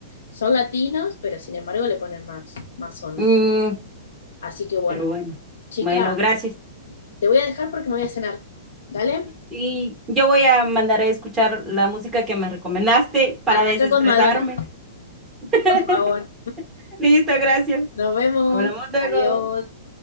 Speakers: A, on the left; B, on the right.
A: son latinos, pero sin embargo le ponen más, más onda.
B: Mm,
A: Así que bueno,
B: pero bueno,
A: chica,
B: bueno, gracias.
A: te voy a dejar porque me voy a cenar. ¿Dale?
B: Sí, yo voy a mandar a escuchar la música que me recomendaste para
A: Arranca
B: desestresarme.
A: con Madonna,
B: <laughs>
A: por favor.
B: Listo, gracias.
A: Nos vemos.
B: Hablamos luego.
A: Adiós.